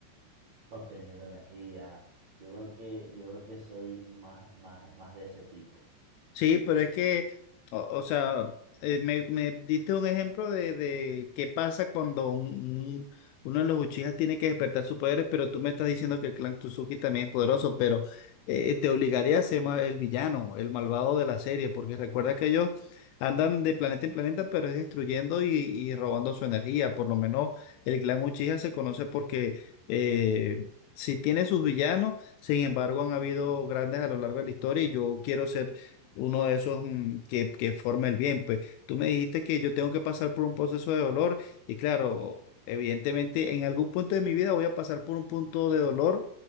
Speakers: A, on the right; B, on the left.
A: obteniendo energía. Yo creo que, yo creo que soy más, más, más de ese tipo.
B: Sí, pero es que, o, o sea, eh, me, me diste un ejemplo de, de qué pasa cuando un- un- uno de los Uchijas tiene que despertar sus poderes, pero tú me estás diciendo que el clan Tsuki también es poderoso, pero eh, te obligaría a ser ma- el villano, el malvado de la serie, porque recuerda que ellos andan de planeta en planeta, pero es destruyendo y, y robando su energía. Por lo menos el clan Uchiha se conoce porque eh, si tiene sus villanos, sin embargo, han habido grandes a lo largo de la historia y yo quiero ser uno de esos mm, que, que forma el bien. Pues tú me dijiste que yo tengo que pasar por un proceso de dolor y claro, evidentemente en algún punto de mi vida voy a pasar por un punto de dolor